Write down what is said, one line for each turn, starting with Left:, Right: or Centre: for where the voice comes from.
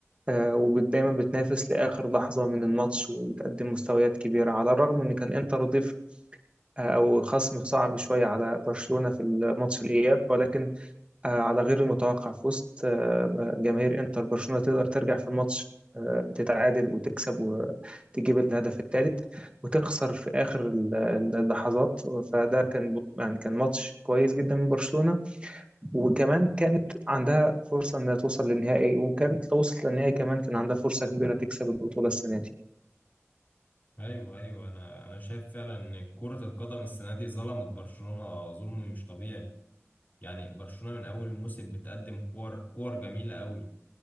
Right: ودايما بتنافس لآخر لحظة من الماتش وبتقدم مستويات كبيرة على الرغم إن كان إنتر ضيف آه، أو خصم صعب شوية على برشلونة في الماتش الإياب ولكن آه، على غير المتوقع في وسط آه، جماهير انتر برشلونة تقدر ترجع في الماتش آه، تتعادل وتكسب وتجيب الهدف الثالث وتخسر في آخر ال- ال- اللحظات فده كان يعني كان ماتش كويس جدا من برشلونة وكمان كانت عندها فرصة إنها توصل للنهائي وكانت لو وصلت للنهائي كمان كان عندها فرصة كبيرة تكسب البطولة السنة دي
Left: ايوه ايوه انا انا شايف فعلا ان كرة القدم السنة دي ظلمت برشلونة ظلم مش طبيعي يعني برشلونة من اول الموسم بتقدم كور كور جميلة قوي